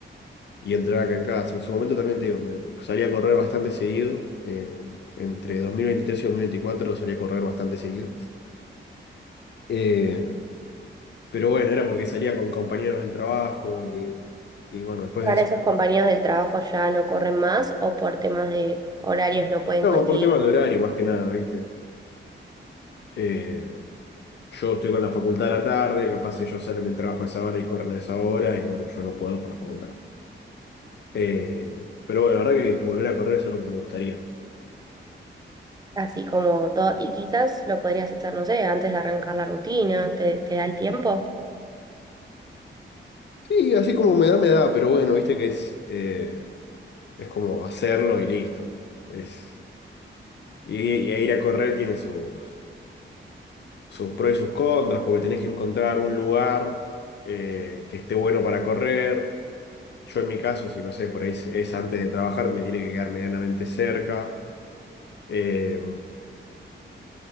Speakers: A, on the left; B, on the right.
A: y entrenaba acá en casa. En su momento también te digo, me salía a correr bastante seguido. eh, entre 2023 y 2024 salía a correr bastante seguido. Eh, pero bueno, era porque salía con compañeros del trabajo y, y bueno, después de
B: Ahora
A: eso.
B: esos compañeros del trabajo ya no corren más o por temas de horarios no pueden
A: No,
B: coincidir
A: por tema de horario, más que nada, ¿viste? Eh, yo estoy con la facultad a la tarde, capaz ellos salen del trabajo a esa hora y corren a esa hora, y bueno, yo no puedo por la facultad. Eh, pero bueno, la verdad que volver a correr es algo que me gustaría.
B: así como todo. Y quizás lo podrías hacer, no sé, antes de arrancar la rutina, te, te da el tiempo.
A: Sí, así como me da, me da, pero bueno, viste que es, eh, es como hacerlo y listo. Es, y, y ir a correr tiene sus, sus pros y sus contras, porque tenés que encontrar un lugar eh, que esté bueno para correr. Yo en mi caso, si no sé, por ahí es, es antes de trabajar, me tiene que quedar medianamente cerca. Eh,